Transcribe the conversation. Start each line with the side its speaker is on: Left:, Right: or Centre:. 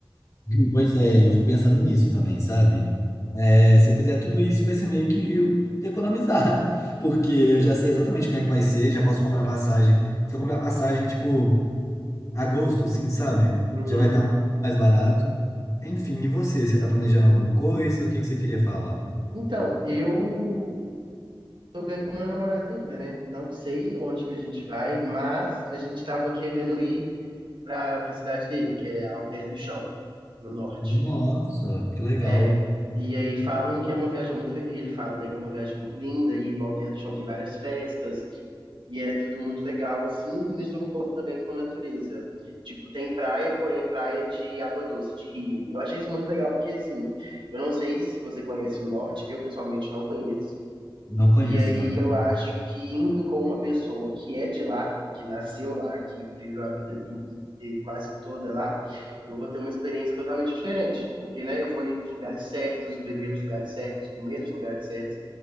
Left: Hum, Pois é, eu fico pensando nisso também, sabe? É, se eu fizer tudo isso, vai ser meio que eu economizar, <laughs> porque eu já sei exatamente como é que vai ser, já posso comprar passagem. Se eu comprar passagem, tipo, agosto, sim, sabe?
Right: Uhum.
Left: Já vai estar mais barato. Enfim, e você? Você tá planejando alguma coisa? O que que você queria falar?
Right: Então, eu tô vendo com meu namorado ainda, né? Não sei onde que a gente vai, mas a gente tava querendo ir para a cidade dele, que é Alter do Chão, no norte.
Left: Nossa, que legal.
Right: É, e aí falam que é uma viagem muito. le- Ele fala, né, que é uma viagem muito linda, e no Alter do Chão tem várias festas, e é tudo muito legal, assim, e mistura um pouco também com a natureza. Tipo, tem praia, porém é praia de água doce, de rio. E eu achei isso muito legal, porque, assim, eu não sei se você conhece o norte, eu pessoalmente não conheço.
Left: Não conheço
Right: E aí
Left: também.
Right: eu acho que indo com uma pessoa que é de lá, que nasceu lá, que viveu a vida dele quase toda lá, eu vou ter uma experiência totalmente diferente, porque, né, eu vou ir nos lugares certos, beber nos lugares certos, comer nos lugares certos.